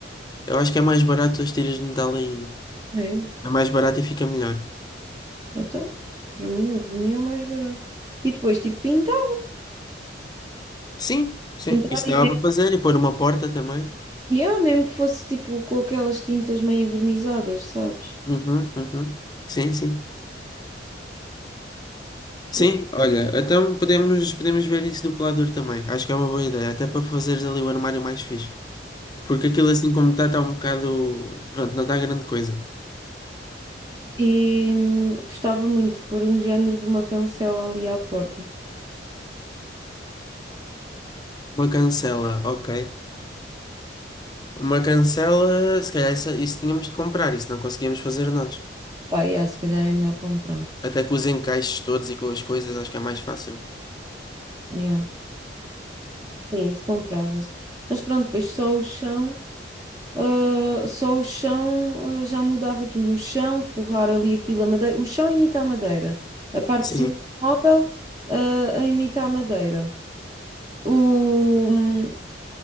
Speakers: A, on the left; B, on the right.
A: Eu acho que é mais barato as tiras de metal ainda.
B: É,
A: É mais barato e fica melhor.
B: então, para mim, eu, para mim é o mais barato. E depois, tipo, pintar.
A: Sim, sim.
B: Pintar
A: Isso
B: e
A: dava
B: mesmo,
A: para fazer e pôr uma porta também.
B: yeah, mesmo que fosse tipo com aquelas tintas meio envernizadas, sabes?
A: Uhum, uhum. Sim, sim. Sim,
B: Eu,
A: olha, então podemos, podemos ver isso do pelador também. Acho que é uma boa ideia, até para fazeres ali o armário mais fixe. Porque aquilo assim como está, está um bocado. Pronto, não está grande coisa.
B: E hum, gostava muito de pôr um género de uma cancela ali à porta.
A: Uma cancela, ok. Uma cancela, se calhar essa- isso tínhamos de comprar, isso não conseguíamos fazer nós.
B: Pá, yeah, se calhar é melhor comprar.
A: Até com os encaixes todos e com as coisas, acho que é mais fácil.
B: Yeah. Sim, isso comprava-se. Mas pronto, depois só o chão, ah, só o chão, ah, já mudava tudo. O chão, forrar ali aquilo, a madeira. O chão imita a madeira. A parte
A: Sim,
B: de cima do móvel, ah, a imita a madeira. O, hum,